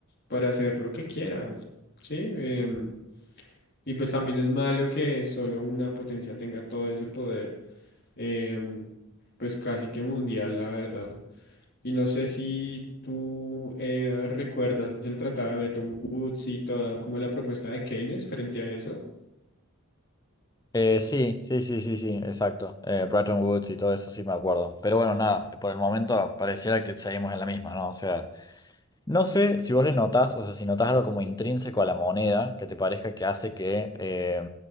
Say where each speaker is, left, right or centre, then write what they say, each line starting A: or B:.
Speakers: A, on the left; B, on the left.
A: para hacer lo que quiera, ¿sí? Em, y pues también es malo que solo una potencia tenga todo ese poder, em, pues casi que mundial, la verdad. Y no sé si tú eh, recuerdas el tratado de Bretton Woods y toda como la propuesta de Keynes frente a eso.
B: Eh, sí, sí, sí, sí, sí, exacto. Eh, Bretton Woods y todo eso sí me acuerdo. Pero bueno, nada, por el momento pareciera que seguimos en la misma, ¿no? O sea... No sé si vos le notás, o sea, si notás algo como intrínseco a la moneda, que te parezca que hace que eh,